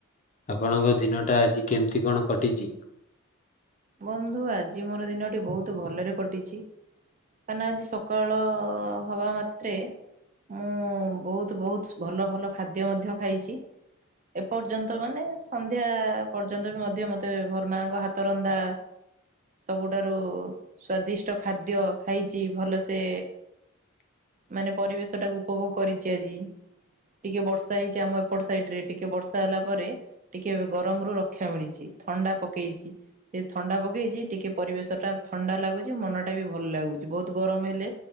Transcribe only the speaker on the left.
ଆପଣଙ୍କ ଦିନ ଟା ଆଜି କେମିତି କଣ କଟିଛି?